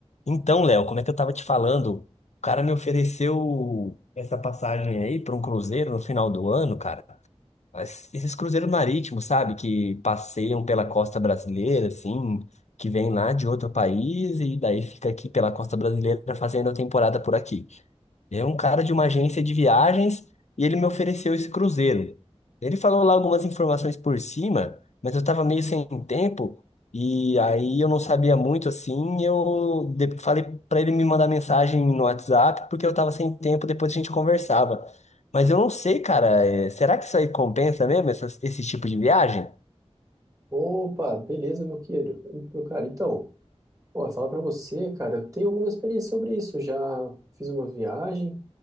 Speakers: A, on the left (about 85°); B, on the right (about 30°).
A: Então, Léo, como é que eu tava te falando? O cara me ofereceu essa passagem aí para um cruzeiro no final do ano, cara. Mas Esses cruzeiros marítimos, sabe? Que passeiam pela costa brasileira, assim, que vêm lá de outro país e daí fica aqui pela costa brasileira fazendo a temporada por aqui. É um cara de uma agência de viagens e ele me ofereceu esse cruzeiro. Ele falou lá algumas informações por cima, mas eu tava meio sem tempo e aí eu não sabia muito assim. Eu de- falei pra ele me mandar mensagem no WhatsApp porque eu tava sem tempo, depois a gente conversava. Mas eu não sei, cara. é, Será que isso aí compensa mesmo, essas- esse tipo de viagem?
B: Opa, beleza, meu querido. Meu cara, então, ó, falar pra você, cara, eu tenho alguma experiência sobre isso. Já fiz uma viagem,